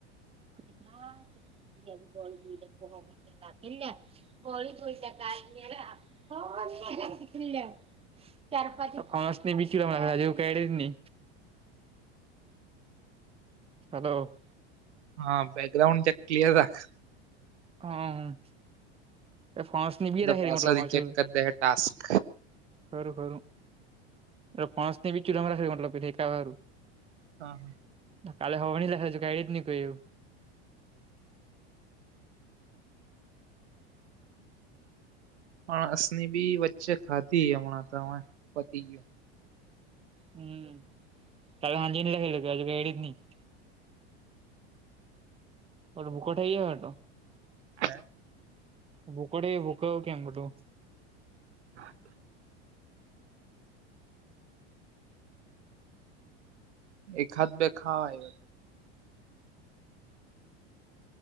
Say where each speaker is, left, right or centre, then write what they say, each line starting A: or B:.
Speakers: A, on the right (about 15°); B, on the right (about 85°).
A: <unintelligible> ગોળ ક શી. ચ પાં ફણસ બીચ હજવું કે નને. હલો.
B: હા બ બેકગ્રાઉન્ડ જેક ક્લિયર રાખ.
A: હ એ ફણસ નિ બ રાખે
B: પાછળથી
A: મતલબ માચલ.
B: ચેક કરી દે ટાસ્ક
A: ખરું ખરું એ ફસ ને બીચું તમારા મત પેેકારું.
B: હા હા.
A: કાલે હોવા ન લાગે કડી જ ન કોઈ એવું.
B: <unintelligible> ની બી વચ્ચે ખાધી હમણાં તમે પતી ગયયો.
A: હમ્મ <unintelligible> ઓલો ભૂખો થઈ ગયો હોતે
B: હે.
A: બુકડ બુક કમ મોટું.
B: હા. એકાદ બે ખા <unintelligible>